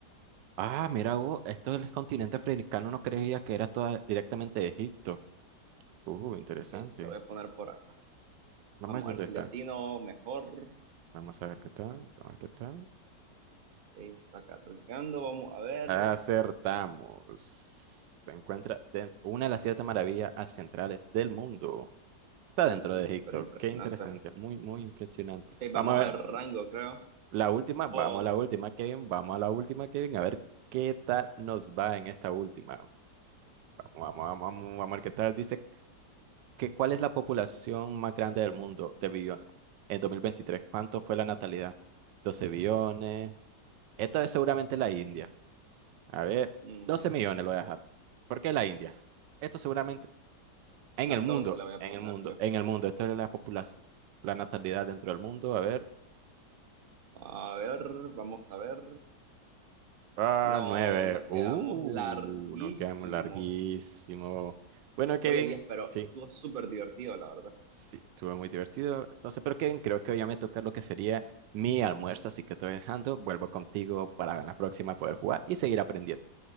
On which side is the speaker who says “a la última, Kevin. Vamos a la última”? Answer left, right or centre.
Right